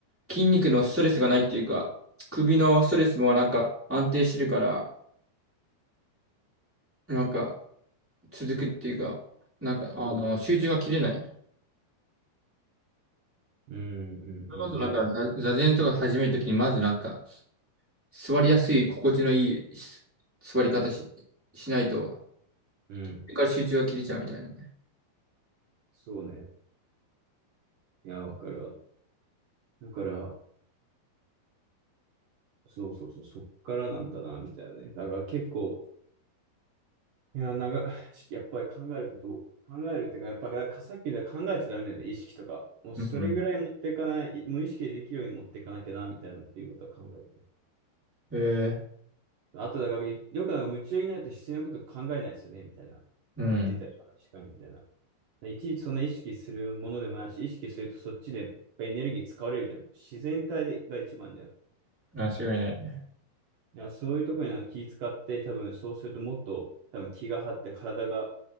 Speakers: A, in the centre; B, on the right.
A: 筋肉のストレスがないっていうか、首のストレスもなんか安定してるから、なんか、続くっていうか、なんか、あの、集中が切れない。
B: うんうんうん。
A: それこそなんか、
B: いや、
A: 座座禅とか始めるときに、まずなんか、座りやすい、心地のいいし座り方し、しないと、そ
B: うん。
A: れから集中が切れちゃうみたいなね。
B: そうね。いや、わかるわ。だから、そうそうそう、そっからなんだな、みたいなね。だから結構、いや、なんか、やっぱり考えることを、考えるってか、やっぱ、だからさっき言った考えちゃダメなんだよね、意識とか。もうそれぐらい持っていかない、
A: うんうん。
B: 無意識でできるように持っていかなきゃな、みたいなっていうことは考えて
A: え
B: あと、だから、よくなんか夢中になると必要なこと考えないですよね、みたいな。
A: ー、うん。
B: 言ってたよ確かに、みたいな。いちいちそんな意識するものでもないし、意識するとそっちでやっぱエネルギー使われるじゃん。自然体が一番じゃん。
A: 間違いないね。
B: いや、そういうところになんか気使って、多分そうするともっと多分気が張って体が